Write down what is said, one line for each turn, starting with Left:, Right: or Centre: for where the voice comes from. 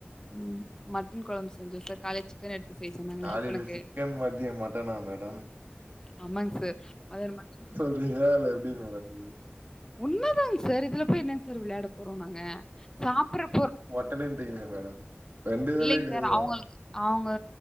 Left: ம் மட்டன் கொழம்பு செஞ்சோ சார் காலேஜ் சிக்கன் எடுத்து செய்ய சொன்னாங்க
Right: காலைல
Left: டிஃபனுக்கு
Right: சிக்கன் மத்யோ மட்டனா மேடம்
Left: ஆமாங்க சார் மதியானோ மட்டு
Right: புரிஞ்சுதா இல்ல எப்டி மேடம் இது
Left: உன்மதாங்க சார் இதுல போய் என்னங்க சார் விளையாட போறோ நாங்க சாப்பற பொ
Right: ன்டிங்கலே மேடம் ரெண்டு வேலயு
Left: இல்லைங்க
Right: காயா
Left: சார் அவங்களுக்கு அவங்க